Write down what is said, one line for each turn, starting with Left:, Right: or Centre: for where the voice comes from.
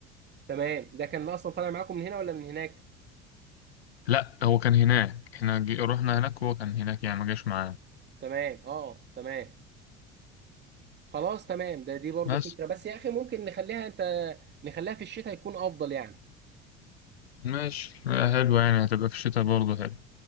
Right: تمام ده كان اصلا طالع معاكم من هنا ولا من هناك
Left: لا هو كان هناك احنا جي... رحنا هناك وهو كان هناك يعني ما جاش معانا
Right: تمام اه تمام خلاص تمام ده دي برضو
Left: بس
Right: فكرة بس يا أخي ممكن نخليها أنت نخليها في الشتاء يكون أفضل يعني
Left: ماشي آه، حلو يعني هتبقى في الشتاء برضه حلو